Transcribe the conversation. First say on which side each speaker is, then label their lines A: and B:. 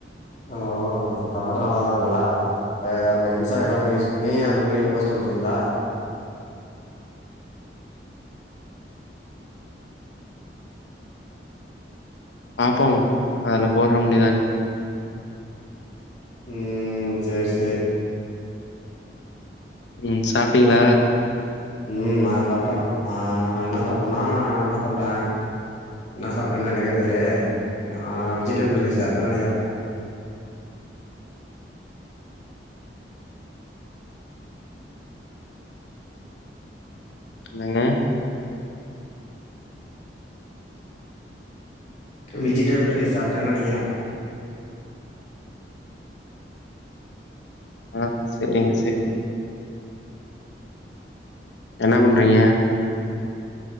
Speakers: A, on the left (about 40°); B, on the left (about 80°).
A: ஓ இந்த போட்டா அழகா இருக்குங்ளா இப்ப அப்ப இன்ஸ்டாகிராம யூஸ் பண்ணி அதுல போய் போஸ்ட் போட்றீங்களா
B: பாப்போ அதுல போடுற முடிதானு
A: ம் செரி செரி
B: ம் சாப்டீங்கல்ல
A: ம் நா சாப்ட்டோம் ஆ என்ன சாப்ட்டோம்னா என்ன சாப்ட்டே என்ன சாப்ட்டேன்னு எனக்கே தெரிலயே ஆ வெஜிடபிள் ரைஸ் சாப்ட்டே தா நெனைக்கிறே
B: என்னங்க
A: வெஜிடபிள் ரைஸ் சாப்ட்டேன்னு நெனைக்கிறே
B: ஆ செரிங்க செரிங்க என்ன பண்றீங்க
A: ம்